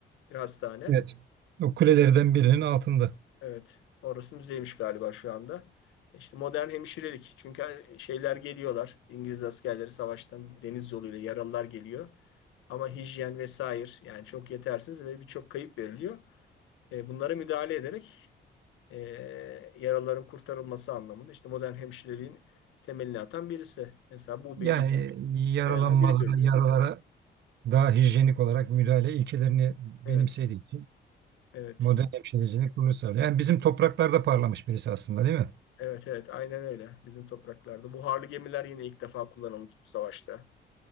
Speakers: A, on the left; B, on the right.
A: Bir hastane.
B: Evet. O kulelerden birinin altında.
A: Evet. Orası müzeymiş galiba şu anda. İşte modern hemşirelik. Çünkü e, şeyler geliyorlar. İngiliz askerleri savaştan deniz yoluyla yaralılar geliyor. Ama hijyen vesaire yani çok yetersiz ve birçok kayıp veriliyor. E, bunlara müdahale ederek e, yaraların kurtarılması anlamında işte modern hemşireliğin temelini atan birisi. Mesela bu
B: Yani
A: bir
B: yaralanmalara,
A: ilklerden biri görülüyor.
B: yaralara daha hijyenik olarak müdahale ilkelerini benimsediği
A: Evet,
B: için
A: evet.
B: modern hemşirecilik bunu sağlıyor. Yani bizim topraklarda parlamış birisi aslında değil mi?
A: Evet, evet, aynen öyle. Bizim topraklarda. Buharlı gemiler yine ilk defa kullanılmış bu savaşta.